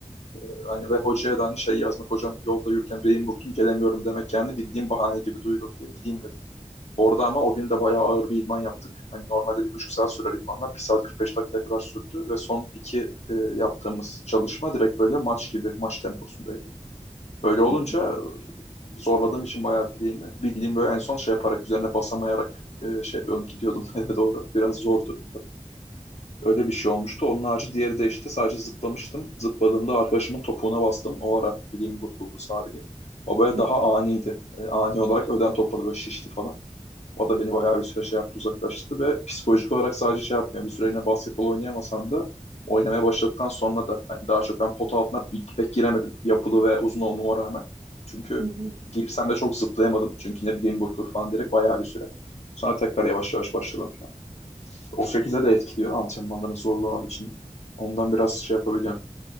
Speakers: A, on the left; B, on the right.
A: E, hani ve hocaya da hani şey yazmak hocam yolda yürürken bileğimi burktum gelemiyorum demek kendi bildiğim bahane gibi duyulur diye gideyim dedim. Orada ama o gün de bayağı ağır bir idman yaptık. Hani normalde bir buçuk saat sürer idmanlar. Bir saat 45 dakikaya kadar sürdü ve son iki e, yaptığımız çalışma direkt böyle maç gibi, maç temposundaydı. Böyle olunca
B: Hı
A: zorladığım için bayağı bileğimi bildiğim böyle en son şey yaparak, üzerine basamayarak e, şey yapıyordum, gidiyordum <laughs> eve doğru. Biraz zordu. Öyle bir şey olmuştu. Onun harici diğeri de işte sadece zıplamıştım. Zıpladığımda arkadaşımın topuğuna bastım. O ara bileğim burkuldu, sağ bileğim. O böyle
B: hı.
A: daha aniydi. E, ani olarak ödem topladı, böyle şişti falan. O da beni bayağı bir süre şey yaptı uzaklaştırdı ve psikolojik olarak sadece şey yapmıyor. Bir süre yine basketbol oynayamasam da oynamaya başladıktan sonra da hani daha çok ben pota altına pek giremedim. Yapılı ve uzun olmama rağmen. Çünkü
B: Hı hı.
A: girsem de çok zıplayamadım. Çünkü yine bileğim burkur falan direkt bayağı bir süre. Sonra tekrar yavaş yavaş başladım falan. O şekilde de etkiliyor antrenmanların zorluğu haricinde. Ondan biraz şey yapabiliyorum.